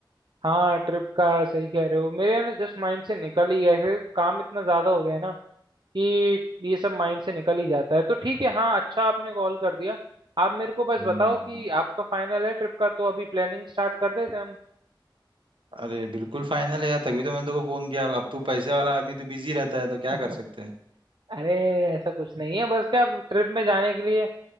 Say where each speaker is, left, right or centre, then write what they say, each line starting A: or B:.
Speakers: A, on the right; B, on the right.
A: हाँ ट्रिप का सही कह रहे हो मेरे ना जस्ट माइंड से निकल ही गया ऐसे काम इतना ज्यादा हो गया है ना कि ये सब माइंड से निकल ही जाता है तो ठीक है हाँ अच्छा आपने कॉल कर दिया आप मेरे को बस
B: हम्म
A: बताओ कि आपका फाइनल है ट्रिप का तो अभी प्लानिंग स्टार्ट कर देते हैं हम
B: अरे बिल्कुल फाइनल है यार तभी तो मैंने तेको फोन किया अब तू पैसे वाला आदमी तू बिजी रहता है तो क्या
A: <laughs>
B: कर सकते हैं
A: अरे ऐसा कुछ नहीं है बस क्या ट्रिप में जाने के लिए